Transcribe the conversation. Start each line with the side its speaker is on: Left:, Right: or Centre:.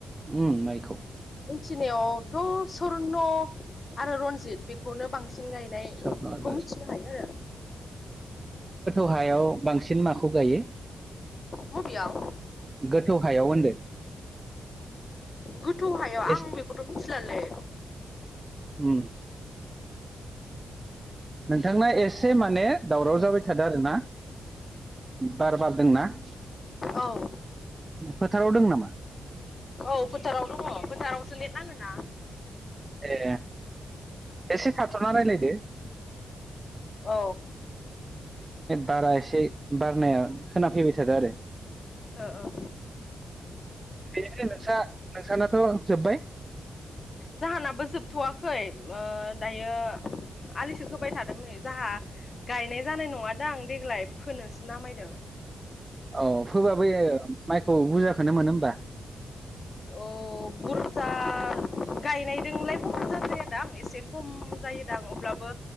Right: उम माइखौ
Left: थिनायावथ' सर्न आरो रनजित बे खौनो बांसिन गायनायखौ
Right: स्वर्न रनजित।
Left: मिथिनो हायो आरो
Right: गाहायाव बांसिन माखौ गायो?
Left: बबेयाव
Right: गोथौ हायाव होनदो
Left: गोथौ हायाव आं
Right: एस
Left: बेखौथ' मिथिलालै
Right: उम नोंथांना एसे माने दावराव जाबाय थादों आरो ना बार बारदोंना <inaudible>
Left: औ।
Right: फोथाराव दं नामा।
Left: औ फोथाराव दङ फोथारावसो नेट नाङो ना।
Right: ए एसे थाथ'ना राय्लायदो।
Left: औ।
Right: बारा एसे बारनाया खोनाफैबाय थादो आरो
Left: औ औ।
Right: बेनिफ्राय नोंसा नोंसानाथ' जोब्बाय।
Left: जाहानाबो जोबथ'वाखै ओ दायो। आलिसो खोबाय थादों नै जाहा गायनाय जानाय नङादां देग्लाय फोनोसो नामायदों। <inaudible>
Right: औ फोबाबो माइखौ बुरजाखौनो मोनो होमबा?
Left: औ बुरजा। गायनायजोंलाय बुरजा जाद्रायादां एसे खम जायोदां अब्लाबो